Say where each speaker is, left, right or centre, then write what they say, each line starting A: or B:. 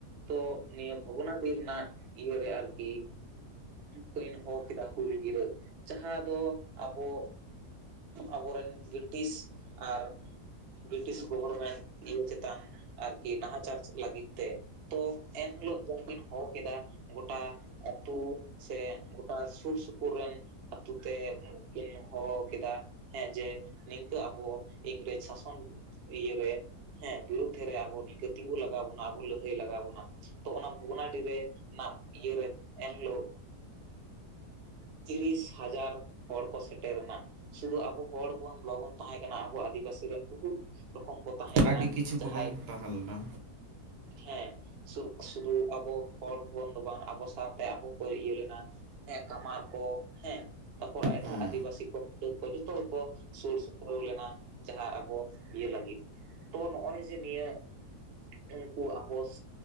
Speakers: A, on the right; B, on the right.
A: ᱛᱚ ᱱᱤᱭᱟᱹ ᱵᱷᱚᱜᱽᱚᱱᱟᱰᱤ ᱨᱮᱱᱟᱜ ᱤᱭᱟᱹᱨᱮ ᱟᱨᱠᱤ ᱠᱤᱱ ᱦᱚᱦᱚ ᱠᱮᱫᱟ ᱦᱩᱞ ᱜᱤᱨᱟᱹ ᱡᱟᱦᱟᱸ ᱫᱚ ᱟᱵᱚ ᱟᱵᱚᱨᱮᱱ ᱵᱨᱤᱴᱤᱥ ᱟᱨ ᱵᱨᱤᱴᱤᱥ ᱜᱚᱵᱷᱚᱨᱢᱮᱱᱴ ᱤᱭᱟᱹ ᱪᱮᱛᱟᱱ ᱟᱨᱠᱤ ᱱᱟᱦᱟᱪᱟᱨ ᱞᱟᱹᱜᱤᱫ ᱛᱮ ᱾ ᱛᱚ ᱮᱱᱦᱤᱞᱳᱜ ᱫᱚ ᱠᱤᱱ ᱦᱚᱦᱚ ᱠᱮᱫᱟ, ᱜᱚᱴᱟ ᱟᱛᱩ ᱥᱮ ᱜᱚᱴᱟ ᱥᱩᱨ ᱥᱩᱯᱩᱨ ᱨᱮᱱ ᱟᱛᱩ ᱛᱮ ᱠᱤᱱ ᱦᱚᱦᱚ ᱠᱮᱫᱟ᱾ ᱦᱮᱸ ᱡᱮ ᱱᱤᱝᱠᱟᱹ ᱟᱵᱚ ᱤᱝᱨᱮᱡᱽ ᱥᱟᱥᱚᱱ ᱤᱭᱟᱹ ᱨᱮ ᱦᱮᱸ ᱵᱤᱨᱩᱫᱷᱮ ᱨᱮ ᱟᱵᱚ ᱱᱤᱡᱮ ᱛᱤᱸᱜᱩ ᱞᱟᱠ ᱞᱟᱣ ᱵᱚᱱᱟ ᱟᱵᱚ ᱞᱟᱹᱲᱦᱟᱹᱭ ᱞᱟᱜᱟᱣ ᱵᱚᱱᱟ ᱛᱚ ᱚᱱᱟ ᱵᱷᱚᱜᱽᱱᱟᱰᱤᱨᱮ ᱨᱮᱱᱟᱜ ᱤᱭᱟᱹ ᱨᱮ ᱮᱱᱦᱤᱞᱳᱜ ᱛᱤᱨᱤᱥ ᱦᱟᱡᱟᱨ ᱦᱚᱲ ᱠᱚ ᱥᱮᱴᱮᱨᱮᱱᱟ, ᱥᱩᱫᱷᱩ ᱟᱵᱚ ᱦᱚᱲ ᱵᱚᱱ ᱵᱟᱵᱚᱱ ᱛᱟᱸᱦᱮ ᱠᱟᱱᱟ ᱟᱵᱚ ᱟᱹᱫᱤᱵᱟᱹᱥᱤ ᱨᱮᱱ ᱵᱩᱦᱩᱫ ᱨᱚᱠᱚᱢ ᱠᱚ ᱛᱟᱦᱮᱸ ᱠᱟᱱᱟ
B: ᱟᱹᱰᱤ ᱠᱤᱪᱷᱩ
A: ᱡᱟᱦᱟᱸᱭ
B: ᱠᱚᱵᱚᱱ ᱛᱟᱦᱮᱸ ᱞᱮᱱᱟ
A: ᱦᱮᱸ ᱥᱩᱞᱩᱠ ᱥᱟᱹᱜᱟᱹᱭ ᱟᱵᱚ ᱦᱚᱲ ᱦᱚᱯᱚᱱ ᱫᱚ ᱵᱟᱝ ᱟᱵᱚ ᱥᱟᱶᱛᱮ ᱟᱵᱚ ᱠᱚ ᱤᱭᱟᱹ ᱞᱮᱱᱟ ᱦᱮᱸ ᱠᱟᱢᱟᱨ ᱠᱚ ᱦᱮᱸ ᱛᱟᱨᱯᱚᱨ ᱮᱴᱟᱜ
B: ᱦᱮᱸ
A: ᱟᱹᱫᱤᱵᱟᱹᱥᱤ ᱠᱚ ᱢᱩᱰᱟᱹ ᱠᱚ ᱡᱚᱛᱚ ᱜᱮᱠᱚ ᱥᱩᱨ ᱥᱩᱯᱩᱨ ᱞᱮᱱᱟ ᱾ ᱡᱟᱦᱟᱸ ᱟᱵᱚ ᱤᱭᱟᱹ ᱞᱟᱹᱜᱤᱫ ᱛᱚ ᱱᱚᱜᱼᱚᱭ ᱡᱮ ᱱᱤᱭᱟᱹ ᱩᱱᱠᱩ ᱟᱵᱚᱥ